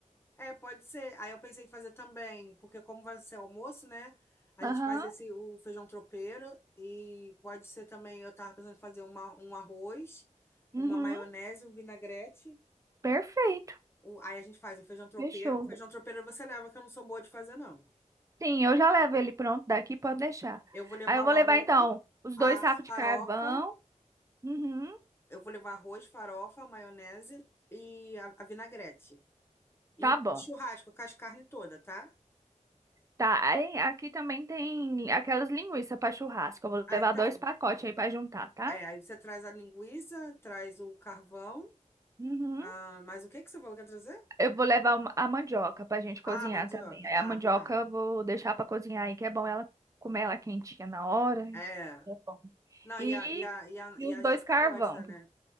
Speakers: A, on the left; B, on the right.
A: É, pode ser. Aí eu pensei em fazer também, porque como vai ser almoço, né? A
B: Aham,
A: gente faz esse o feijão tropeiro e pode ser também, eu tava pensando em fazer uma, um arroz,
B: uhum,
A: uma maionese, um vinagrete.
B: perfeito,
A: O- aí a gente faz o feijão tropeiro.
B: fechou.
A: O feijão tropeiro você leva, que eu não sou boa de fazer, não.
B: Sim, eu já levo ele pronto daqui, pode deixar.
A: Eu vou levar
B: Aí eu vou
A: o
B: levar,
A: arroz,
B: então, os
A: a
B: dois sacos
A: farofa,
B: de carvão. Uhum,
A: eu vou levar arroz, farofa, maionese e a, a vinagrete. E
B: tá
A: o
B: bom.
A: churrasco com as carnes todas, tá?
B: Tá, aí, aqui também tem aquelas linguiças para churrasco. Eu vou
A: Ah,
B: levar
A: então.
B: dois pacotes aí para juntar, tá?
A: É, aí você traz a linguiça, traz o carvão.
B: Uhum.
A: Ah, mas o que que você falou que ia trazer?
B: Eu vou levar uma- a mandioca pra gente cozinhar
A: Ah, mandioca.
B: também. Aí
A: Ah,
B: a mandioca
A: tá.
B: eu vou deixar para cozinhar aí, que é bom ela comer ela quentinha na hora.
A: É.
B: É bom.
A: Não,
B: E,
A: e a, e a, e a,
B: e
A: e
B: os
A: a
B: dois
A: Jéssica
B: carvão,
A: gosta, né?